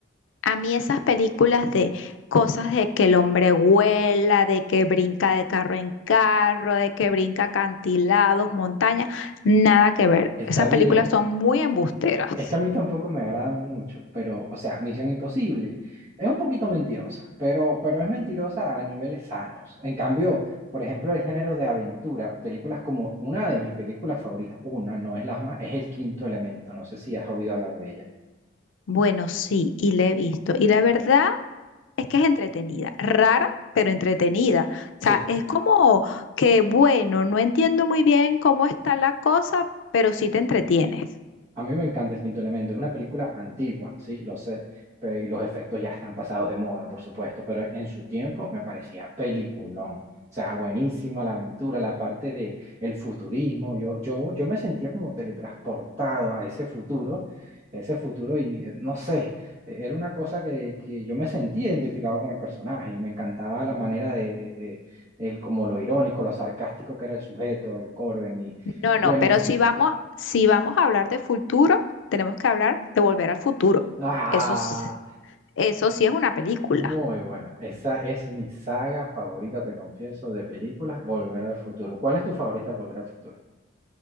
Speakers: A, on the left (about 80°); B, on the right (about 35°).
A: A mí esas películas de cosas de que el hombre vuela, de que brinca de carro en carro, de que brinca acantilados, montañas, nada que ver.
B: Está
A: Esas
B: bien.
A: películas son muy embusteras.
B: Es que a mí tampoco me agrada mucho, pero, o sea, Misión Imposible es un poquito mentirosa, pero, pero es mentirosa a niveles sanos. En cambio, por ejemplo, el género de aventura, películas como una de mis películas favoritas, una, no es la más, es El Quinto Elemento, no sé si has oído hablar de ella.
A: Bueno, sí, y la he visto. Y la verdad... Es que es entretenida, rara, pero entretenida. O
B: Sí,
A: sea, es como que, bueno, no entiendo muy bien cómo está la cosa, pero sí te entretienes.
B: A mí me encanta El Quinto Elemento, es una película antigua, sí, lo sé, pe- y los efectos ya están pasados de moda, por supuesto, pero en su tiempo me parecía peliculón. O sea, buenísima la aventura, la parte de el futurismo, yo, yo, yo me sentía como teletransportado a ese futuro, ese futuro y eh, no sé, eh, era una cosa que, que yo me sentía identificado con el personaje y me encantaba la manera de, de- de- el, como lo irónico, lo sarcástico que era el sujeto, el Corben y
A: No,
B: buenísimo.
A: no, pero si vamos, si vamos a hablar de futuro, tenemos que hablar de Volver al Futuro.
B: Ah.
A: Eso, s- eso sí es una película.
B: Muy buena. Esa es mi saga favorita, te confieso, de películas, Volver al Futuro. ¿Cuál es tu favorita, de Volver al Futuro?